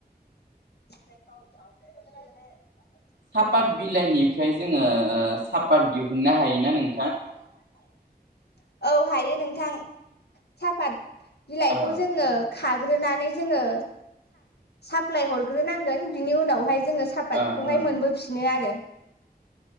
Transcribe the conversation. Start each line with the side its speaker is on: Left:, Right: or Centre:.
Left: <unintelligible>
Right: साफात बिलाइनिफ्राय जोङो ओ साफात दिहुननो हायोना नों
Left: <inaudible> औ हायो नोंथां साफात बिलाइखौ
Right: ओ
Left: जोङो खा ग्रोनानै जोङो साप्लाय हग्रोनांगोन बिनि उनावहाय जोङो साफातखौहाय
Right: ओ ओ
Left: मोनबोफिनो आरो